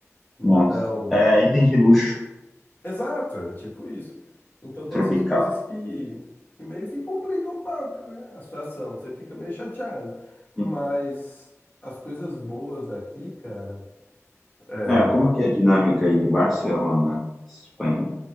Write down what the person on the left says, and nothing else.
Então,
Exato, é tipo isso. Então tem
essas coisas que, que meio que complicam um pouco, né? A situação, você fica meio chateado. Mas
as coisas boas daqui, cara. é,